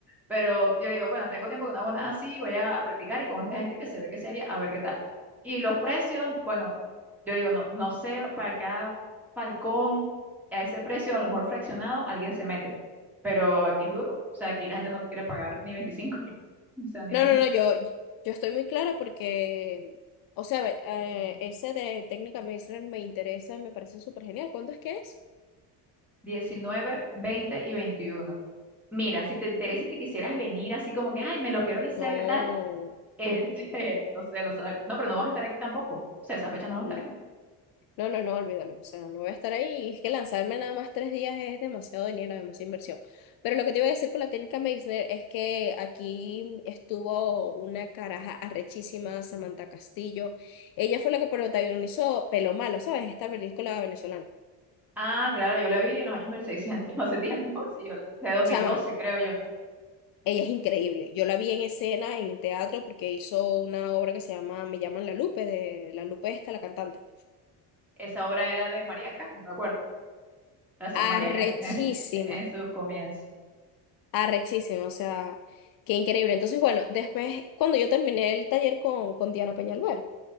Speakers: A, in the centre; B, on the left.
A: Pero yo digo, bueno, tengo tiempo que no hago nada así, voy a practicar y con esta gente que se ve que es seria, a ver qué tal. Y los precios, bueno, yo digo, no, no sé, para cada falcón, a ese precio, a lo mejor fraccionado, alguien se mete. Pero aquí es duro. O sea, aquí la gente no te quiere pagar ni veinticinco <laughs> o sea, ni
B: No, no, no, yo, yo estoy muy clara porque, o sea, eh, ese de técnica medicinal me interesa, me parece súper genial. ¿Cuándo es que es?
A: 19, 20 y 21. Mira, si te interesa y te quisieras venir así como que, ay, me lo quiero hacer,
B: No,
A: ¿qué tal? Este, <laughs> no sé, no sabes. No, pero no vas a estar aquí tampoco. O sea, esa fecha no vas
B: no.
A: a estar aquí.
B: No, no, no, olvídalo. O sea, no voy a estar ahí. Y es que lanzarme nada más tres días es demasiado dinero, demasiada inversión. Pero lo que te iba a decir con la técnica Meissner es que aquí estuvo una caraja arrechísima, Samantha Castillo. Ella fue la que protagonizó Pelo Malo, ¿sabes? Esta película venezolana.
A: Ah, claro, yo la vi en los años mil seiscientos <laughs> hace tiempo, sí, yo, la- de dos mil
B: Chama,
A: doce creo yo.
B: ella es increíble. Yo la vi en escena, en teatro, porque hizo una obra que se llama Me llaman La Lupe, de La Lupe esta, la cantante.
A: Esa obra era de Mariaca, yo me acuerdo. La hacía Mariaca
B: Arrechísima.
A: en, su- en, su- en sus comienzos.
B: Arrechísimo, o sea, qué increíble. Entonces, bueno, después, cuando yo terminé el taller con, con Diana Peñalver,